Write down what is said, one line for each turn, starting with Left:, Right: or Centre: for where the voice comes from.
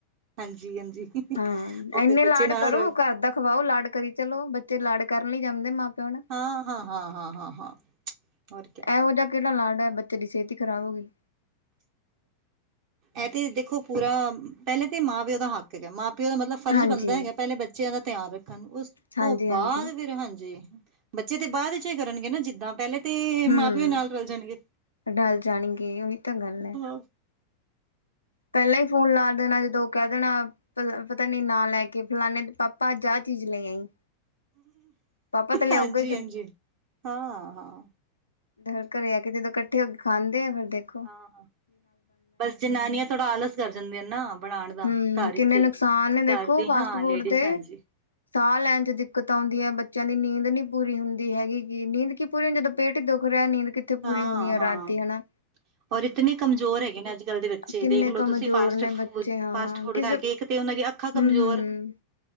Right: ਹਾਂਜੀ ਹਾਂਜੀ
Left: ਹਾਂ
Right: ਉਹ
Left: ਇੰਨੇ
Right: ਫਿਰ ਬੱਚੇ
Left: ਲਾਡ
Right: ਨਾਲ
Left: ਕਰੋ
Right: ਰਲ,
Left: ਘਰ ਦਾ ਖਵਾਓ ਲਾਡ ਕਰੀ ਚਲੋ ਬੱਚੇ ਲਾਡ ਕਰਨ ਲਈ ਜਾਂਦੇ ਮਾਂ ਪਿਓ ਨਾਲ
Right: ਹਾਂ ਹਾਂ ਹਾਂ ਹਾਂ ਹਾਂ ਹਾਂ ਹੋਰ ਕਿਆ
Left: ਐਹੋ ਜਿਹਾ ਕਿਹੜਾ ਲਾਡ ਆ ਬੱਚੇ ਦੀ ਸਿਹਤ ਹੀ ਖਰਾਬ ਹੋ ਗਈ।
Right: ਐਹ ਤੇ ਦੇਖੋ ਪੂਰਾ ਪਹਿਲੇ ਤੇ ਮਾਂ ਪਿਓ ਦਾ ਹੱਕ ਹੈਗਾ ਮਾਂ ਪਿਓ ਦਾ ਮਤਲਬ ਫਰਜ਼
Left: ਹਾਂਜੀ
Right: ਬਣਦਾ ਹੈਗਾ ਪਹਿਲੇ ਬੱਚਿਆਂ ਦਾ ਧਿਆਨ ਰੱਖਣ ਉਸ
Left: ਹਾਂਜੀ
Right: ਉਸ ਤੋਂ ਬਾਅਦ
Left: ਹਾਂਜੀ
Right: ਫਿਰ ਹਾਂਜੀ ਬੱਚੇ ਤੇ ਬਾਅਦ ਚ ਕਰਨਗੇ ਨਾ ਜਿੱਦਾਂ ਪਹਿਲੇ ਤੇ
Left: ਹਮ
Right: ਮਾਂ ਪਿਓ ਨਾਲ ਰਲ ਜਾਣਗੇ।
Left: ਡਲ ਜਾਣਗੇ ਉਹੀ ਤਾਂ ਗੱਲ ਹੈ
Right: <unintelligible>
Left: ਪਹਿਲਾਂ ਹੀ ਫੋਨ ਲਾਰ ਦੇਣਾ ਜਦੋਂ ਉਹ ਕਹਿ ਦੇਣਾ ਪਲ ਪਤਾ ਨੀ ਨਾ ਲੈ ਕੇ ਫਲਾਾਨਣੇ ਪਾਪਾ ਅੱਜ ਆਹ ਚੀਜ਼ ਲੈ ਆਈ ਪਾਪਾ ਤਾਂ ਲਿਆਊਗਾ
Right: ਹਾਂਜੀ-ਹਾਂਜੀ,
Left: ਹੀ ਫਿਰ
Right: ਹਾਂ-ਹਾਂ-ਹਾ।
Left: ਫਿਰ ਘਰੇ ਆ ਕੇ ਜਦੋਂ ਇਕੱਠੇ ਹੋ ਕੇ ਖਾਂਦੇ ਆ ਫਿਰ ਦੇਖ
Right: ਹਾਂ-ਹਾਂ, ਬਸ ਜਨਾਨੀਆਂ ਥੋੜਾ ਆਲਸ ਕਰ ਜਾਂਦੀਆਂ ਨੇ ਨਾ। ਬਣਾਉਣ ਦਾ
Left: ਹੂੰ,
Right: ਘਰ ਵਿਚ
Left: ਕਿੰਨੇ
Right: ਹੀ।
Left: ਨੁਕਸਾਨ ਨੇ ਦੇਖੋ
Right: ਕਰਦੀ
Left: ਫਾਸਟ
Right: ਹਾਂ
Left: ਫੂਡ
Right: ਲੇਡੀਜ਼
Left: ਦੇ?
Right: ਹਾਂਜੀ
Left: ਸਾਹ ਲੈਣ ਚ ਦਿੱਕਤ ਆਉਂਦੀ ਹੈ, ਬੱਚਿਆਂ ਦੀ ਨੀਂਦ ਨਹੀਂ ਪੂਰੀ ਹੁੰਦੀ ਹੈਗੀਗੀ, ਨੀਂਦ ਕੀ ਪੂਰੀ ਜਦੋਂ ਪੇਟ ਹੀ ਦੁੱਖ ਰਿਹਾ, ਨੀਂਦ ਕਿੱਥੇ
Right: ਹਾਂ
Left: ਪੂਰੀ ਹੋਣੀ ਹੈ,
Right: ਹਾਂ।
Left: ਰਾਤ ਦੀ ਹੈਨਾ।
Right: ਔਰ ਇਤਨੇ ਕਮਜ਼ੋਰ ਹੈਗੇ ਨੇ ਅੱਜ-ਕੱਲ੍ਹ ਦੇ ਬੱਚੇ,
Left: ਕਿੰਨੇ
Right: ਦੇਖਲੋ
Left: ਕਮਜ਼ੋਰ
Right: ਤੁਸੀਂ ਫਾਸਟ
Left: ਨੇ
Right: ਫੂਡ
Left: ਬੱਚੇ ਹਾਂ,
Right: ਫਾਸਟ ਫੂਡ
Left: ਕਿਸੇ
Right: ਖਾ ਕੇ ਇੱਕ ਤੇ ਉਹਨਾਂ ਦੀਆਂ ਅੱਖਾਂ ਕਮਜ਼ੋਰ।
Left: ਹੂੰ-ਹੂੰ,